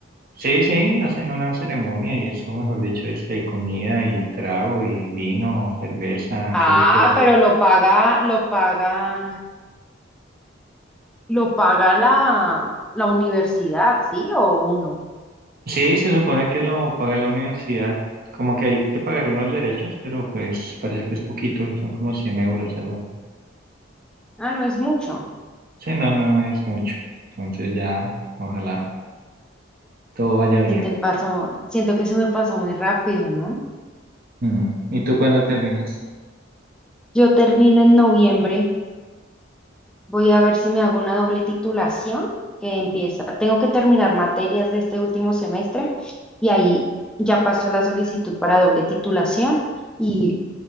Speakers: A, on the right; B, in the centre.
A: Sí, sí, hacen una ceremonia y eso, mejor dicho, es que hay comida y trago y vino, cerveza,
B: Ah,
A: quesos.
B: pero lo paga, lo paga, lo paga la, la universidad, ¿sí? O uno.
A: Sí, se supone que lo paga la universidad, como que hay que pagar unos derechos, pero pues parece que es poquito, son como 100 euros, algo así.
B: Ah, no es mucho.
A: Sí, no, no es mucho. Entonces ya, ojalá todo vaya bien.
B: Se te pasó, siento que se me pasó muy rápido, ¿no?
A: Mm. ¿Y tú cuándo terminas?
B: Yo termino en noviembre Voy a ver si me hago una doble titulación que empieza. Tengo que terminar materias de este último semestre y ahí ya pasó la solicitud para doble titulación y,